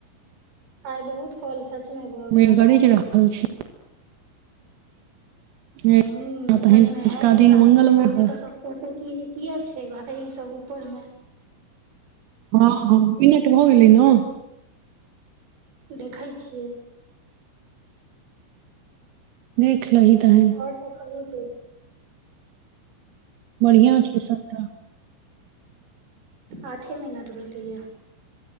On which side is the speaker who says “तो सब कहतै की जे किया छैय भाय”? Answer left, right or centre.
Right